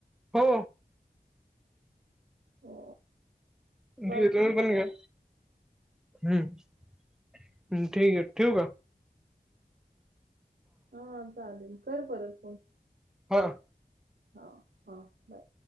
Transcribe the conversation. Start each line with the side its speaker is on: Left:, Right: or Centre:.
Centre: हो,
Right: हो.
Centre: <unintelligible>
Right: बाकी
Centre: तुम्ही पण घ्या. हम्म, ठीके ठेऊ का?
Right: हा, चालेल कर परत फोन.
Centre: बरं.
Right: ''हां ''हां'' बाय.